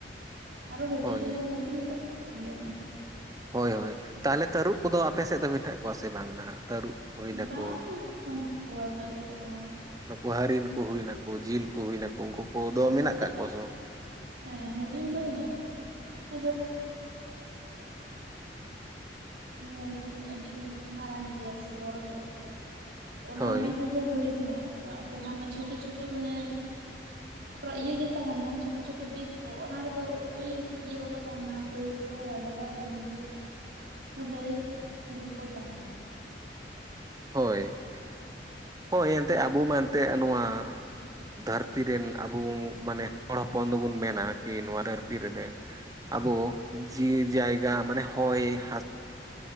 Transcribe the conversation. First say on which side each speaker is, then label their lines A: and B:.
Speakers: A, on the right; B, on the right.
A: ᱟᱨᱚ ᱦᱟᱹᱛᱤ
B: ᱦᱳᱭ
A: ᱫᱚ ᱦᱟᱹᱛᱤ ᱦᱚᱸᱠᱚ ᱛᱟᱦᱮ ᱜᱮᱭᱟ᱾
B: ᱦᱳᱭ-ᱦᱳᱭ ᱛᱟᱦᱚᱞᱮ ᱛᱟᱹᱨᱩᱵ ᱠᱚᱫᱚ ᱟᱯᱮ ᱥᱮᱫ ᱫᱚ ᱢᱮᱱᱟᱜ ᱠᱚᱣᱟ ᱥᱮ ᱵᱟᱝ ᱱᱟᱦᱟᱜ ᱛᱟᱹᱨᱩᱵ ᱦᱩᱭ ᱱᱟᱠᱚ
A: ᱵᱟᱝ ᱵᱟᱱᱩᱜ ᱠᱚᱣᱟ ᱛᱟᱹᱨᱩᱵ ᱠᱚᱫᱚ᱾
B: ᱱᱩᱠᱩ ᱦᱟ. ᱨᱤᱱ ᱠᱚ ᱦᱩᱭ ᱱᱟᱠᱚ ᱡᱤᱞ ᱠᱚ ᱦᱩᱭᱱᱟᱠᱚ ᱩᱱᱠᱩ ᱠᱚᱫᱚ
A: ᱢᱩᱨᱩᱫ
B: ᱢᱮᱱᱟᱜ
A: ᱠᱚ
B: ᱟᱠᱟᱫ ᱠᱚᱣᱟ ᱥᱮ?
A: ᱦᱮᱸ ᱦᱚᱨᱤᱱ ᱫᱚ ᱦᱮᱱᱟᱜ ᱠᱚᱣᱟ᱾ <inaudible> ᱧᱮᱞ ᱵᱤᱱ ᱟᱹᱰᱤ ᱢᱟᱨᱟᱝ ᱜᱮᱭᱟ ᱥᱮ ᱵᱚᱨᱚ ᱧᱚᱜ ᱜᱮᱭᱟ? ᱚᱱᱟ
B: ᱦᱳᱭ
A: ᱵᱤᱨ ᱨᱮᱫᱚ ᱦᱚᱨᱤᱱ ᱢᱮᱱᱟᱜ ᱠᱚᱣᱟ ᱡᱟᱦᱟᱸᱟᱱᱟᱜ ᱪᱷᱳᱴᱩ-ᱪᱷᱳᱴ ᱢᱟᱱᱮ ᱤᱭᱟᱹ ᱜᱮ ᱛᱟᱦᱮᱱᱟ ᱪᱷᱳᱴᱩ-ᱪᱷᱳᱴᱩ ᱵᱤᱨ ᱠᱚ ᱚᱱᱟ ᱨᱮᱫᱚ ᱳᱭ ᱤᱭᱟᱹ ᱠᱚᱠᱚ ᱛᱟᱦᱮᱱᱟ ᱛᱳ ᱦᱟᱰᱜᱟᱨ ᱵᱚᱱᱷᱩ ᱠᱚᱩᱞᱟᱹᱭ ᱩᱱᱠᱩ ᱠᱚ ᱛᱟᱦᱮᱱᱟ᱾
B: ᱦᱳᱭ, ᱦᱳᱭ ᱮᱱᱛᱮᱫ ᱟᱵᱚ ᱢᱟ ᱮᱱᱛᱮᱫ ᱱᱚᱣᱟ ᱫᱷᱟᱹᱨᱛᱤ ᱨᱮᱱ ᱟᱵᱚ ᱢᱟᱱᱮ ᱦᱚᱲ ᱦᱚᱯᱚᱱ ᱫᱚᱵᱚᱱ ᱢᱮᱱᱟ ᱠᱤ ᱱᱚᱣᱟ ᱫᱷᱟᱹᱨᱛᱤ ᱨᱮᱵᱮ ᱟᱵᱚ ᱡᱤᱭᱤ ᱡᱟᱭᱜᱟ ᱢᱟᱱᱮ ᱦᱭ ᱦᱟ